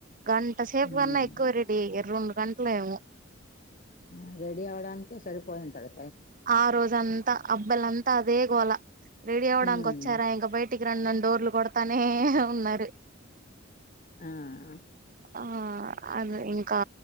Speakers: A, on the right; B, on the left.
A: గం సేపు
B: ఉమ్
A: కన్న ఎక్కువ రెడి అయ్యరు రెండు గంట్లేమో
B: ఆ రెడీ అవడానికే సరిపోయింటది
A: ఆ రోజంతా అబ్బలంతా అదే గోలా రెడి అవడానికి
B: ఉమ్
A: వచ్చారా ఇంక బయట్ నన్నడోర్లు కొడతానే ఉన్నార్
B: ఆ ఆ
A: ఆ అది ఇంకా